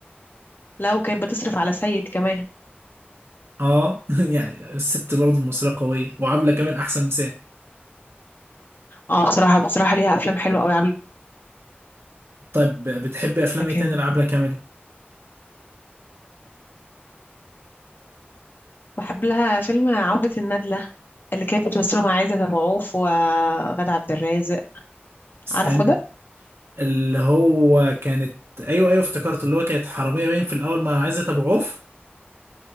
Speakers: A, on the left; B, on the right.
A: لا وكانت بتصرف على سيد كمان
B: أه <laughs> يعني الست برضه المصرية قوية وعبلة كامل أحسن مثال
A: اه بصراحة بصراحة ليها أفلام حلوة أوي عاملة
B: طيب بتحبي أفلام إيه
A: كامل
B: تاني لعبلة كامل؟
A: بحب لها فيلم عودة الندلة اللي كانت بتمثله مع عايزة أبو عوف وغادة عبد الرازق
B: استنى
A: عارفه ده
B: اللي هو كانت أيوه أيوه افتكرت اللي هو كانت حرامية باين في الأول مع عزت أبو عوف